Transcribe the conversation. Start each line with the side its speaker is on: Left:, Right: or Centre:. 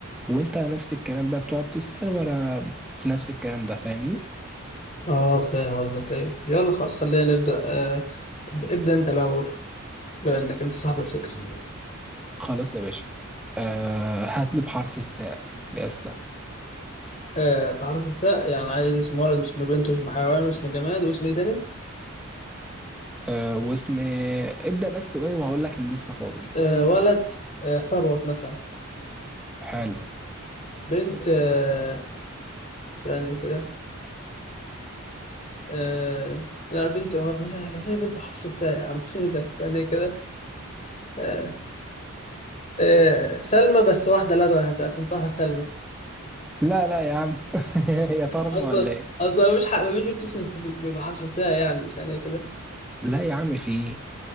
Centre: وأنت نفس الكلام بقى بتقعد تسأل وأنا في نفس الكلام ده فاهمني
Left: اه فاهم قصدك ايوه يلا خلاص خلينا نبدأ آه ب- ابدأ انت الأول بما انك انت صاحب الفكرة
Centre: خلاص يا باشا آه، هات لي بحرف الساء لسه
Left: آه بحرف الثاء يعني عايز اسم ولد واسم بنت واسم حيوان واسم جماد واسم ايه تاني؟
Centre: آه، واسم ابدأ بس وإيه وهقول لك اللي لسه فاضل
Left: آه ولد آه ثروت مثلا
Centre: حلو
Left: بنت آه ثانية كده آه لا بنت هو ما في ما في بنت بحرف الثاء يا عم <laughs> في ده ثانية كده آه، آه، سلمى بس واحدة لا هت- هتنطقها سلمى
Centre: لا لا يا عم <laughs> هي طرمة
Left: أصلا
Centre: ولا ايه
Left: أصلا مفيش حق مفيش بنت اسمها س- ب- بحرف الثاء يعني ثانية كده
Centre: لا يا عم في ايه